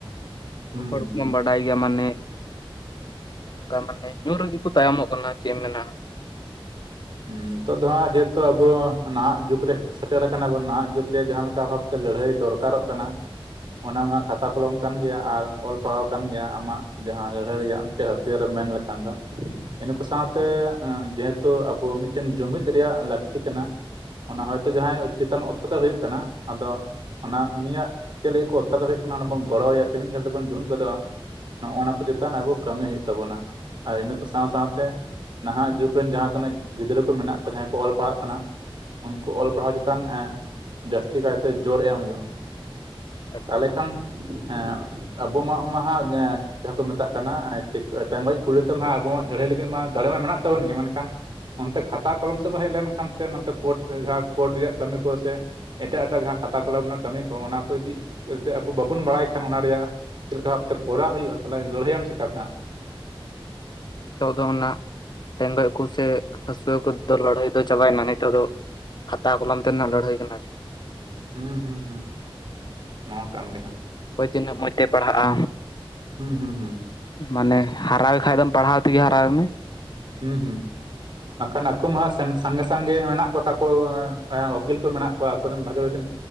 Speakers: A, on the right; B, on the left.
A: ᱦᱩᱸ
B: ᱦᱚᱲ
A: ᱦᱩᱸ
B: ᱠᱚᱢᱟᱢ ᱵᱟᱰᱟᱭ ᱜᱮᱭᱟ, ᱢᱟᱱᱮ ᱚᱱᱠᱟ ᱢᱟᱱᱮ ᱧᱩ ᱨᱮᱜᱮ ᱠᱚ ᱛᱟᱭᱚᱢᱚᱜ ᱠᱟᱱᱟ᱾ ᱪᱮᱫ ᱢᱮᱱᱟ,
A: ᱦᱩᱸ, ᱱᱤᱛᱚᱜ ᱫᱚ ᱦᱟᱸᱜ ᱡᱮᱦᱮᱛᱩ ᱟᱵᱚ ᱱᱟᱦᱟᱜ ᱡᱩᱜ ᱨᱮ ᱥᱮᱴᱮᱨ ᱠᱟᱱᱟ ᱵᱚᱱ ᱱᱟᱦᱟᱸᱜ ᱡᱩᱜ ᱨᱮ ᱡᱟᱦᱟᱸ ᱞᱮᱠᱟ ᱵᱷᱟᱵᱛᱮ ᱞᱟᱹᱲᱦᱟᱹᱭ ᱫᱚᱨᱠᱟᱨᱚᱜ ᱠᱟᱱᱟ, ᱚᱱᱟ ᱢᱟ ᱦᱟᱜ ᱠᱷᱟᱛᱟ ᱠᱚᱞᱚᱢ ᱠᱟᱱ ᱜᱮᱭᱟ ᱟᱨ ᱚᱞ ᱯᱟᱲᱦᱟᱣ ᱠᱟᱱ ᱜᱮᱭᱟ᱾ ᱟᱢᱟᱜ ᱡᱟᱦᱟᱸ ᱞᱟᱹᱲᱦᱟᱹᱭ ᱨᱮᱭᱟᱜ ᱢᱤᱫᱴᱮᱡ ᱦᱟᱹᱛᱭᱟᱹᱨᱮ ᱢᱮᱱ ᱞᱮᱠᱷᱟᱱ ᱫᱚ ᱤᱱᱟᱹᱠᱩ ᱥᱟᱶᱛᱮ ᱡᱮᱦᱮᱛᱩ ᱟ ᱵᱩ ᱢᱤᱫᱴᱮᱱ ᱡᱩᱢᱤᱫ ᱨᱮᱭᱟᱜ ᱞᱟᱹᱠᱛᱤ ᱠᱟᱱᱟ, ᱚᱱᱟ ᱦᱚᱭᱛᱳ ᱡᱟᱦᱟᱸᱭ ᱪᱮᱛᱟᱱ ᱚᱛᱛᱟᱪᱟᱨ ᱦᱳᱭ ᱠᱟᱱᱟ, ᱟᱫᱚ ᱚᱱᱟ ᱩᱱᱤᱭᱟᱜ ᱪᱮᱫ ᱠᱚ ᱚᱛᱛᱟᱪᱟᱨ ᱦᱩᱭᱩᱜ ᱠᱟᱱᱟ ᱚᱱᱟ ᱵᱚᱱ ᱜᱚᱲᱚᱣᱟᱼᱭᱟ ᱥᱮ ᱢᱤᱫ ᱜᱷᱟᱹᱲ ᱛᱮᱵᱚᱱ ᱡᱩᱛ ᱜᱚᱫᱚᱜᱼᱟ, ᱱᱚᱜᱼᱱᱟ ᱠᱚ ᱪᱮᱛᱟᱱ ᱟᱵᱚ ᱠᱟᱹᱢᱤ ᱦᱩᱭᱩᱜ ᱛᱟᱵᱚᱱᱟ᱾ ᱦᱳᱭ ᱱᱩᱠᱩ ᱥᱟᱶ ᱥᱟᱶᱛᱮ ᱱᱟᱦᱟᱸᱜ ᱡᱩᱜ ᱨᱮᱱ ᱡᱟᱦᱟᱸ ᱛᱤᱱᱟᱹᱜ ᱜᱤᱫᱽᱨᱟᱹ ᱠᱚ ᱢᱮᱱᱟᱜ ᱠᱚᱣᱟ᱾ ᱡᱟᱦᱟᱸᱭ ᱠᱚ ᱚᱞ ᱯᱟᱲᱦᱟᱜ ᱠᱟᱱᱟ ᱩᱱᱠᱩ ᱚᱞ ᱯᱟᱲᱦᱟᱣ ᱪᱮ ᱛᱟᱱ ᱡᱟᱹᱥᱛᱤ ᱠᱟᱭᱛᱮ ᱡᱳᱨ ᱮᱢ ᱦᱩᱭᱳᱜᱼᱟ᱾
B: ᱵᱟᱠᱷᱟᱡ
A: ᱛᱟᱦᱚᱞᱮ
B: ᱫᱚ
A: ᱠᱷᱟᱱ ᱮᱸᱜ ᱟᱵᱚ ᱢᱟ ᱚᱱᱟ ᱢᱟ ᱮᱸ ᱡᱟᱦᱟᱸ ᱠᱚ ᱢᱮᱛᱟᱜ ᱠᱟᱱᱟ ᱴᱮ ᱴᱮᱜᱚᱡ ᱠᱩᱲᱤ ᱛᱮᱢᱟ ᱟᱵᱚᱣᱟᱜ ᱞᱟᱹᱲᱦᱟᱹᱭ ᱞᱟᱹᱜᱤᱫ ᱢᱟ ᱫᱟᱲᱮ ᱢᱟ ᱢᱮᱱᱟᱜ ᱛᱟᱵᱚᱱ ᱜᱮ᱾ ᱢᱮᱱᱠᱷᱟᱱ ᱚᱱᱛᱮ ᱠᱷᱟᱛᱟ ᱠᱚᱞᱚᱢ ᱥᱮᱫ ᱵᱟᱝ ᱦᱮᱡ ᱞᱮᱱᱠᱷᱟᱱ ᱥᱮ, ᱱᱚᱛᱮ ᱠᱳᱴ ᱡᱟᱦᱟᱸ ᱠᱳᱨᱴ ᱨᱮᱭᱟᱜ ᱠᱟᱹᱢᱤ ᱠᱚ ᱥᱮ ᱮᱴᱟᱜ ᱮᱴᱟᱜ ᱡᱟᱦᱟᱸ ᱠᱷᱟᱛᱟ ᱠᱚᱞᱚᱢ ᱨᱮᱱᱟᱜ ᱠᱟᱹᱢᱤ ᱠᱚ ᱚᱱᱟ ᱠᱚ ᱤᱫᱤ ᱠᱟᱛᱮᱫ ᱟᱵᱚ ᱵᱟᱵᱚᱱ ᱵᱟᱲᱟᱭ ᱠᱷᱟᱱ, ᱚᱱᱟ ᱨᱮᱭᱟᱜ ᱪᱮᱫ ᱞᱮᱠᱟ ᱵᱷᱟᱵᱛᱮ ᱠᱚᱨᱟ ᱦᱩᱭᱩᱜᱼᱟ ᱛᱟᱦᱚᱞᱮ ᱞᱟᱹᱲᱦᱟᱹᱭᱟᱢ ᱪᱤᱠᱟᱛᱮ ᱦᱟᱸᱜ᱾
B: ᱱᱤᱛᱚᱜ ᱫᱚ ᱚᱱᱟ ᱴᱮᱸᱜᱚᱡ ᱠᱚ ᱥᱮ ᱦᱟᱹᱥᱩᱭᱟᱹ ᱠᱚᱫᱚ ᱞᱟᱹᱲᱦᱟᱹᱭ ᱫᱚ ᱪᱟᱵᱟᱭᱱᱟ, ᱱᱤᱛᱚᱜ ᱫᱚ ᱠᱷᱟᱛᱟ ᱠᱚᱞᱚᱢ ᱛᱮ ᱨᱮᱱᱟᱜ ᱞᱟᱹᱲᱦᱟᱹᱭ ᱠᱟᱱᱟᱠᱤ᱾
A: ᱦᱩᱸ ᱦᱩᱸ ᱦᱩᱸ, ᱱᱚᱣᱟ ᱠᱟᱱ ᱜᱮ ᱦᱟᱸᱜ᱾
B: ᱚᱠᱚᱭ ᱛᱤᱱᱟᱹᱜ ᱢᱚᱡ ᱛᱮ ᱯᱟᱲᱦᱟᱜᱼᱟ,
A: ᱦᱩᱸ ᱦᱩᱸ ᱦᱩᱸ᱾
B: ᱢᱟᱱᱮ ᱦᱟᱨᱟᱭᱮ ᱠᱷᱟᱡ ᱫᱚ ᱯᱟᱲᱦᱟᱣ ᱛᱮᱜᱮ ᱦᱟᱨᱟᱭᱮ ᱢᱮ,
A: ᱦᱩᱸ ᱦᱩᱸ᱾ ᱵᱟᱠᱷᱟᱱ ᱟᱠᱚ ᱢᱟ ᱥᱟᱸᱜᱮ ᱥᱟᱸᱜᱮ ᱢᱮᱱᱟᱜ ᱠᱚᱛᱟ ᱠᱚ ᱩᱠᱤᱞ ᱠᱚ ᱢᱮᱱᱟᱜ ᱠᱚᱣᱟ ᱟᱠᱚᱨᱮᱱ ᱵᱷᱟᱜᱤ ᱵᱷᱟᱜᱤ